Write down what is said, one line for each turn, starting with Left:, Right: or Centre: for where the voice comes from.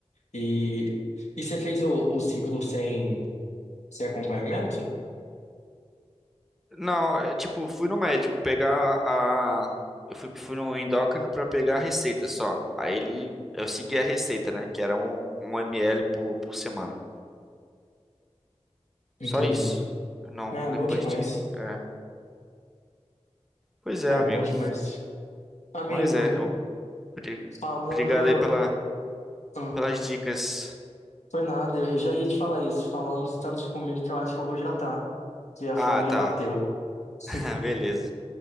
Left: E, e você fez o, o ciclo sem, sem acompanhamento?
Centre: Não, é tipo, fui no médico pegar a. Eu fui, fui no endócrino pra pegar a receita só. Aí ele. Eu segui a receita, né? Que era um, um ml por, por semana.
Left: Entendi.
Centre: Só isso. Não,
Left: Ah, bom
Centre: depois
Left: demais.
Centre: de. É. Pois é,
Left: É,
Centre: amigo.
Left: bom demais. Amigo,
Centre: Mas é. obri-
Left: falando,
Centre: Obrigado aí pela,
Left: ah,
Centre: pelas dicas.
Left: foi nada, eu já ia te falar isso, falamos tanto de comida que eu acho que eu vou jantar, que a fominha
Centre: Ah, tá.
Left: bateu. <laughs>
Centre: <laughs> Beleza.